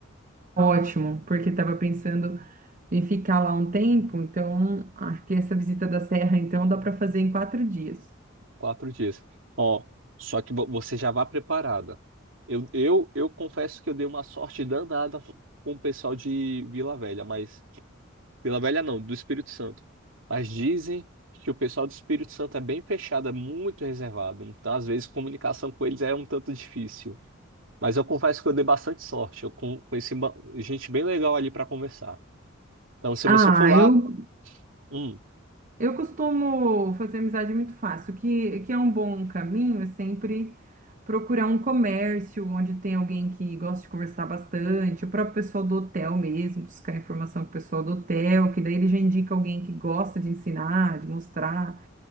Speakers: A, on the right; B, on the right.
A: Ótimo, porque estava pensando em ficar lá um tempo, então acho que essa visita da serra, então, dá para fazer em quatro dias.
B: Quatro dias. Ó, só que vo- você já vá preparada. Eu, eu, eu confesso que eu dei uma sorte danada com o pessoal de Vila Velha, mas Vila Velha não, do Espírito Santo. Mas dizem que o pessoal do Espírito Santo é bem fechado, é muito reservado. Então, às vezes, comunicação com eles é um tanto difícil. Mas eu confesso que eu dei bastante sorte. Eu con- conheci ba- gente bem legal ali para conversar. Então, se
A: Ah,
B: você for lá,
A: eu
B: hum,
A: Eu costumo fazer amizade muito fácil, que, que é um bom caminho, é sempre procurar um comércio onde tem alguém que gosta de conversar bastante, o próprio pessoal do hotel mesmo, buscar informação com o pessoal do hotel, que daí ele já indica alguém que gosta de ensinar, de mostrar,